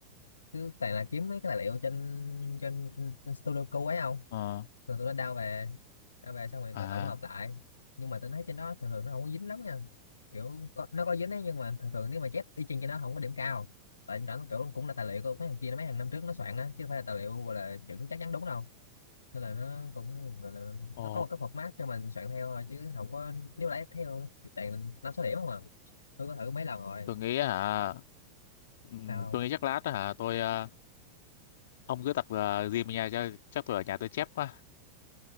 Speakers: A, on the left; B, on the left.
A: cứ toàn là kiếm mấy cái tài liệu trên trên, trên Studio Code ấy không
B: ờ
A: thường tụi nó đao về đao về xong rồi
B: à
A: tự tổng hợp lại nhưng mà tôi thấy trên đó thường thường nó không có dính lắm nha kiểu có, nó có dính ấy nhưng mà thường thường nếu mà chép y chang cho nó không có điểm cao tại nó kiểu cũng là tài liệu của mấy thằng kia mấy hàng năm trước nó soạn á chứ không phải là tài liệu gọi là chuẩn chắc chắn đúng đâu nên là nó cũng gọi là
B: ồ
A: nó có một cái format cho mình soạn theo thôi chứ không có nếu lấy theo thì toàn năm số điểm không à tôi có thử mấy lần rồi
B: tôi nghĩ hả ừm,
A: sao
B: tôi nghĩ chắc lát hả tôi ờ, ông cứ tập ờ, gym ở nhà cho chắc tôi ở nhà tôi chép quá